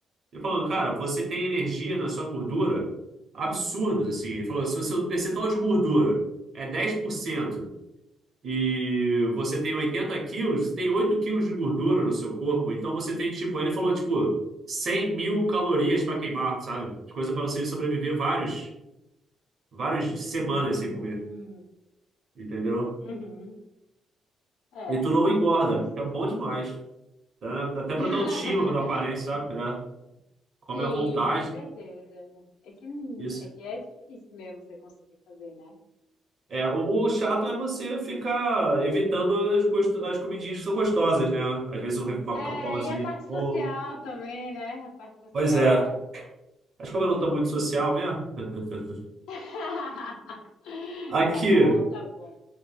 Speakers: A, on the right; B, on the left.
A: Ele falou, cara, você tem energia na sua gordura absurdas, assim. Ele falou, se você, o percentual de gordura é 10% e você tem 80 quilos, você tem 8 quilos de gordura no seu corpo. Então você tem, tipo, ele falou, tipo, 100 mil calorias para queimar, sabe? Coisa para você sobreviver vários, várias semanas
B: Hum,
A: sem comer, entendeu?
B: uhum.
A: E
B: É,
A: tu não engorda,
B: interessante.
A: que é bom demais. Tá? Até
B: <laughs>
A: pra tua autoestima, pra tua aparência, sabe? É. Come
B: Sim,
A: à vontade.
B: com certeza. É que, não-
A: Isso.
B: é que é difícil mesmo você conseguir fazer, né?
A: É, o, o chato
B: Mas.
A: é você ficar evitando as, gosto- as comidinhas que são gostosas, né? Às vezes um re- uma
B: É,
A: Coca-Colazinha.
B: e a parte social
A: Ou...
B: também, né? A parte social.
A: Pois é. Mas como eu não tô muito social mesmo. <laughs>
B: <laughs>
A: Aqui.
B: Tá bom, tá bom.